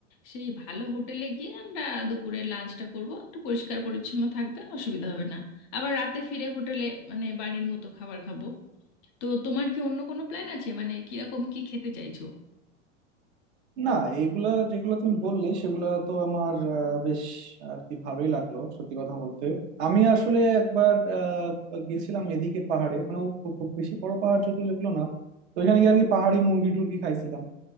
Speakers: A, on the left; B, on the right.
A: সেই ভালো হোটেলে গিয়ে আমরা দুপুরের লাঞ্চটা করব একটু পরিষ্কার পরিচ্ছন্ন থাকবে অসুবিধা হবে না আবার রাতে ফিরে হোটেলে মানে বাড়ির মতো খাবার খাবো তো তোমার কি অন্য কোনো প্ল্যান আছে মানে কিরকম কি খেতে চাইছো
B: না এগুলা যেগুলো তুমি বললে সেগুলা তো আমার আহ, বেশ আর কি ভালোই লাগলো সত্যি কথা বলতে আমি আসলে একবার আহ, গেছিলাম এদিকে পাহাড়ে মানে ও- ও খুব বেশি বড় পাহাড় যদিও যেগুলো না তো ওইখানে গিয়ে আর কি পাহাড়ি মুরগি টুরগি খাইছিলাম